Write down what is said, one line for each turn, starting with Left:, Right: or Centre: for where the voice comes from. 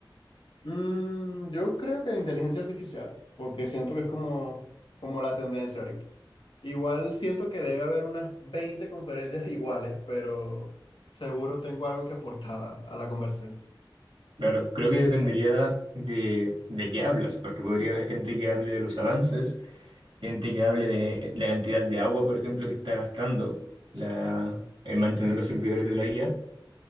Left: Mm, yo creo que inteligencia artificial, porque siento que es como, como la tendencia ahorita. Igual siento que debe haber unas 20 conferencias <laughs> iguales, pero seguro tengo algo que aportar a, a la conversación.
Right: Claro, creo que dependería de, de qué hablas, porque podría haber gente que hable de los avances gente que hable de la cantidad de agua, por ejemplo, que está gastando la, el mantener los servidores de la IA,